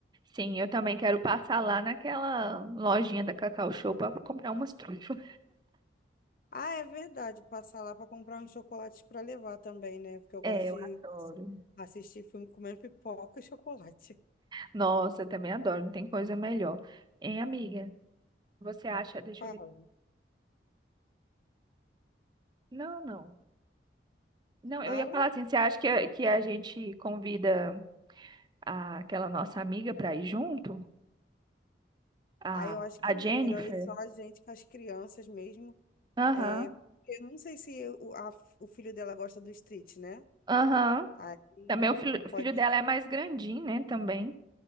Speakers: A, on the right; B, on the left.
A: Sim, eu também quero passar lá naquela lojinha da Cacau Show para comprar umas trufas.
B: Ah, é verdade, passar lá para comprar uns chocolates para levar também, né? Porque eu
A: É,
B: gosto de
A: eu adoro.
B: ass- assistir filme comendo pipoca e chocolate.
A: Nossa, eu também adoro, não tem coisa melhor. Hein, amiga? Você acha? Deixa
B: Fala,
A: eu ver. Não, não. Não, eu
B: fala.
A: ia falar assim, você acha que, que a gente convida a- aquela nossa amiga para ir junto? A,
B: Aí eu acho
A: a
B: que não,
A: Jennifer?
B: melhor ir só a gente com as crianças mesmo.
A: Aham,
B: É, porque eu não sei se o, a- o filho dela gosta do street, né?
A: aham.
B: Aí
A: Também o filho, o
B: pode.
A: filho dela é mais grandinho, né? Também.